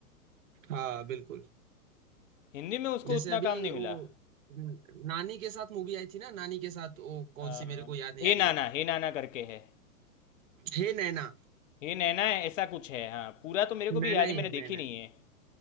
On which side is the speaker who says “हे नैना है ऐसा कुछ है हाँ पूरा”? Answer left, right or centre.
Left